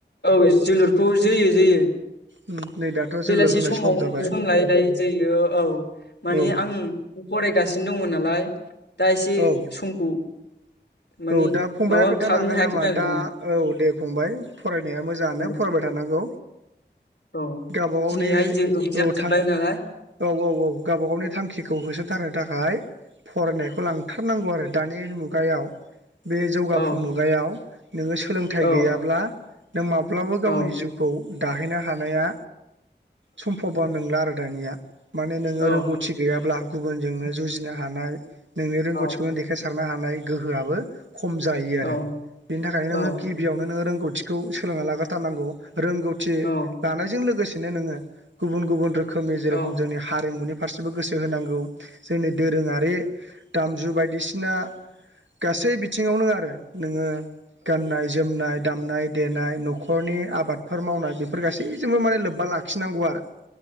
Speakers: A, on the left; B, on the right.
A: औ जोलुरखौ जोयो जोयो
B: उम नै दाथ' जोलुर
A: बेलासि
B: जोनाय
A: समाव
B: जाबाय
A: सम लायै लायै जोयो औ। माने
B: औ
A: आं फरायगासिनो दंमोन नालाय दा एसे
B: औ
A: समखौ मानि
B: औ दा फंबाया
A: माबा
B: खोन्थानो
A: खालामनो
B: हागोन
A: हायाखैमोन
B: नामा दा औ दे फंबाय फरायनाया मोजाङानो
A: आरो
B: फरायबाय थानांगौ।
A: औ
B: गावबागावनि
A: दिनैहाय
B: औ
A: जों एगजाम जोब्बाय
B: थांखि
A: नालाय
B: औ औ औ गावब गावनि थांखि खौ होसोथारनो थाखाय फरायनायखौ लांथारनांगौ आरो दानि मुगायाव। बे जौगाफु
A: औ
B: मुगायाव नोङो सोलोंथाइ
A: औ
B: गैयाब्ला नों माब्लाबाबो गावनि
A: औ
B: जिउखौ दाहैनो हानाया सम्भब नंला आरो दानिया। माने नोङो
A: औ
B: रोंगौथि गैयाब्ला गुबुनजोंनो जुजिनो हानाय नोंनि रोंगौथिखौनो
A: औ
B: देखायसारनो हानाय गोहोआबो खम जायो आरो।
A: औ
B: बिनि थाखायनो
A: औ
B: नोङो गिबियावनो नोङो रोंगौ थिखौ सोलोंना लाग्रोथारनांगौ। रोंगौथि
A: औ
B: लानायजों लोगोसेनो नोङो गुबुन गुबुन रो खोमै जेरोखोम
A: औ
B: जोंनि हारिमुनि फारसेबो गोसो होनांगौ जोंनि दोरोङारि दामजु बायदिसिना गासै बिथिङावनो आरो नोङो गाननाय जोमनाय दामनाय देनाय न'खरनि आबादफोर मावनाय बेफोर गासैजोंबो माने लोब्बा लाखिनांगौ आरो।